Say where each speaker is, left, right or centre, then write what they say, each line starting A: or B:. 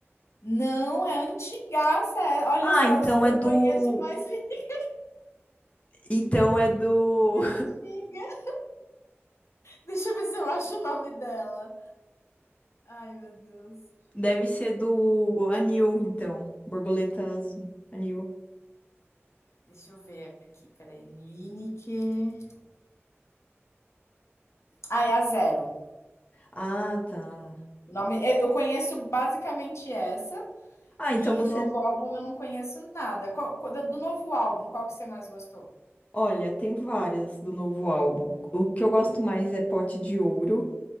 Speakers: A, on the left (about 80°); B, on the left (about 30°).
A: não, é antigaça, é olha
B: Ah,
A: só,
B: então
A: eu
B: é do.
A: conheço mais <laughs> letra
B: Então é do.
A: antiga. Deixa eu ver se eu acho o nome dela. Ai meu Deus.
B: Deve ser do anil, então. Borboleta azul. Anil.
A: Deixa eu ver aqui, peraí, aí, Nineker. Ah, é a Zero.
B: Ah, tá.
A: O nome, é, eu conheço basicamente essa
B: Ah,
A: e
B: então você.
A: o novo álbum eu não conheço nada. Qual- do novo álbum, qual que você mais gostou?
B: Olha, tem várias do novo álbum. O que eu gosto mais é Pote de Ouro,